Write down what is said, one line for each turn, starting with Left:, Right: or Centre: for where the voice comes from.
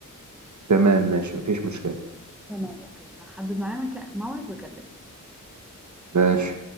Right: تمام ماشي مفيش مشكلة
Centre: تمام أوكي هحدد معاه مكا- موعد وأكلمك
Right: ماشي